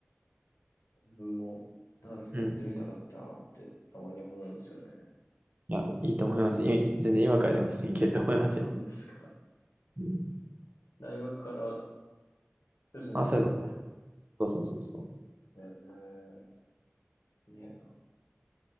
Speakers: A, on the left; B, on the right.
A: 分もダンスやってみたかったなってたまに思うんですよね。
B: うん。いや、いいと思います。い全然今からでも <laughs> いけると思いますよ。
A: 本当ですか。
B: うん
A: 大学から初心者でみたいな。
B: あ、そうです。そうそうそうそう。
A: へえ、すげえな。